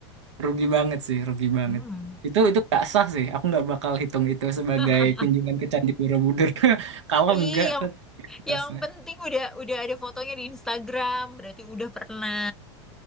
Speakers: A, on the right (about 80°); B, in the centre.
A: Rugi banget sih, rugi banget.
B: Hmm.
A: Itu itu nggak sah sih. Aku nggak bakal hitung itu sebagai
B: <laughs>
A: kunjungan ke Candi Borobudur <laughs> kalau
B: Iya,
A: nggak
B: yang,
A: ke atasnya.
B: yang penting udah udah ada fotonya di Instagram, berarti udah pernah,